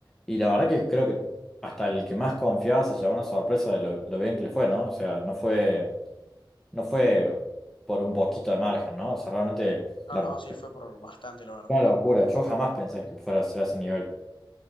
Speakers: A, in the centre; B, on the left.
A: y la verdad que creo que hasta el que más confiaba se llevó una sorpresa de lo, lo bien que le fue, ¿no? O sea, no fue, no fue por un poquito de margen, ¿no? O sea, realmente
B: Ah,
A: la,
B: no,
A: fue
B: sí, fue por bastante, la verdad.
A: una locura, yo jamás pensé que fuera a ser a ese nivel.